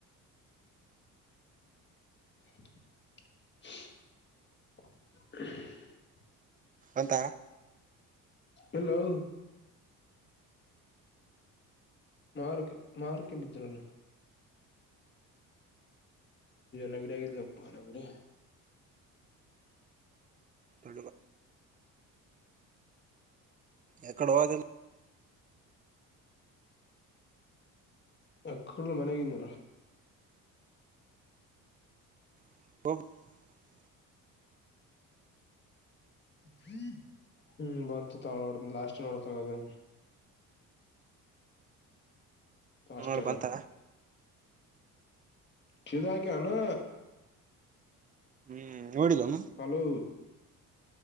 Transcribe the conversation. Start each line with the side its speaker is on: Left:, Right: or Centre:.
Left: <inaudible>
Right: ಅಂತ
Left: ಹಲೋ ಮಾರಕ್ಕೆ ಮಾರಕ್ಕೆ ಬಿದ್ದ್ರನು ನೆಗಡಿ ಆಗಿದಿಯಪ್ಪ ನನಗೆ
Right: <inaudible> ಏಕಡೆ ಹೋಗಿದೆ
Left: ಎಕ್ಕಳು ಮನೆಯಿಂದ
Right: ಹ
Left: ಹ್ಮ್ ಬಂತು ನೋಡ ಲಾಸ್ಟ್ ನೋಡತಗದು ಲಾಸ್ಟ
Right: ನೋಡ್ ಬಂತ
Left: ಸಿಗೋಕೆ ಏನು
Right: ಹ್ಮ್ ನೋಡಿಲನು
Left: ಹಲೋ